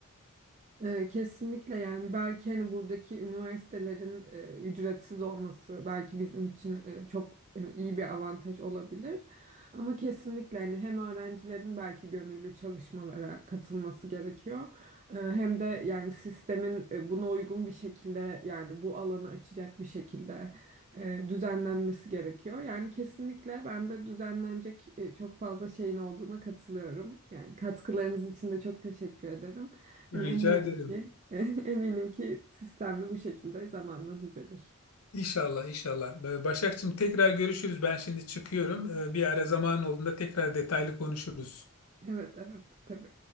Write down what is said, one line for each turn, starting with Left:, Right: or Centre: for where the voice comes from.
Right: Ee, kesinlikle yani belki hani buradaki üniversitelerin e, ücretsiz olması belki bizim için e, çok hani iyi bir avantaj olabilir. Ama kesinlikle hani hem öğrencilerin belki gönüllü çalışmalara katılması gerekiyor. Ee, hem de yani sistemin e, buna uygun bir şekilde yani bu alanı açacak bir şekilde e, düzenlenmesi gerekiyor. Yani kesinlikle ben de düzenlenecek e, çok fazla şeyin olduğuna katılıyorum. Yani katkılarınız için de çok teşekkür ederim. Yani
Left: Rica
Right: eminim
Left: ederim.
Right: ki, <laughs> eminim ki sistemli bu şekilde zamanla düzelir.
Left: İnşallah, inşallah. Ee, Başakçığım tekrar görüşürüz. Ben şimdi çıkıyorum. Ee, Bir ara zaman olduğunda tekrar detaylı konuşuruz.
Right: Evet, evet, tabii.